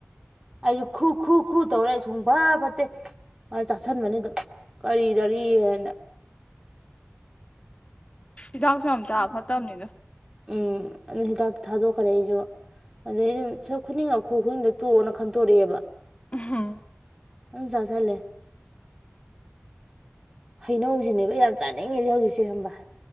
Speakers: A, on the right (about 15°); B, on the left (about 30°).
A: ꯑꯩꯁꯨ ꯈꯨ ꯈꯨ ꯈꯨ ꯇꯧꯔ ꯑꯩ ꯁꯨꯡ ꯐ ꯐꯠꯇꯦ ꯃꯑ ꯆꯥꯁꯟꯕꯅꯤ ꯑꯗꯨꯝ ꯀꯔꯤꯗꯣꯔꯤꯦꯅ
B: ꯍꯤꯗꯥꯛꯁꯨ ꯌꯥꯝ ꯆꯥꯕ ꯐꯠꯇꯕꯅꯤꯗ
A: ꯎꯝ ꯑꯗꯨ ꯍꯤꯗꯥꯛꯇ ꯊꯥꯗꯣꯛꯈ꯭ꯔꯦ ꯑꯩꯁꯨ ꯑꯗꯩ ꯑꯗꯨ ꯁ ꯈꯨꯗꯤꯡ ꯈꯨ ꯈꯨꯅꯤꯡꯗ ꯇꯣꯛꯑꯣꯅ ꯈꯟꯇꯣꯔꯛꯑꯦꯕ
B: ꯎꯍꯝ
A: ꯆꯥꯥꯁꯜꯂꯦ ꯍꯩꯅꯧꯁꯤꯅꯦꯕ ꯌꯥꯝ ꯆꯥꯅꯤꯡꯉꯤꯁꯤ ꯍꯧꯖꯤꯛꯁꯦ ꯈꯪꯕꯔ